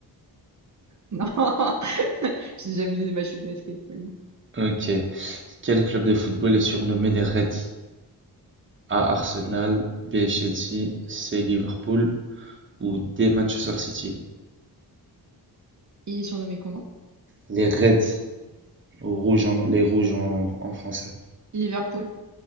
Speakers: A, on the right; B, on the right.
A: Non, <laughs> j'ai déjà vu des matchs de basket. mais bon.
B: Ok. Quel club de football est surnommé les Reds? A. Arsenal, B. Chelsea, C. Liverpool ou D. Manchester City?
A: Il est surnommé comment?
B: Les Reds, au rouge en- les rouges en, en français.
A: Liverpool,